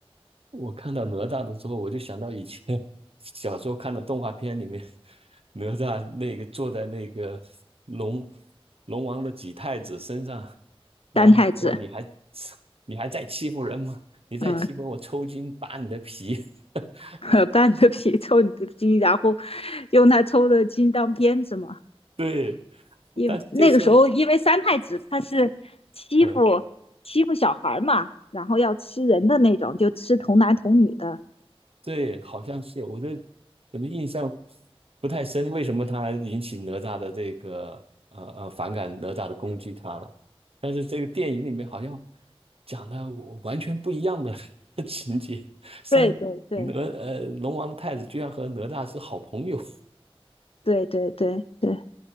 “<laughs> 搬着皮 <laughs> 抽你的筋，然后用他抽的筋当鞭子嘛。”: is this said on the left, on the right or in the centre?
Left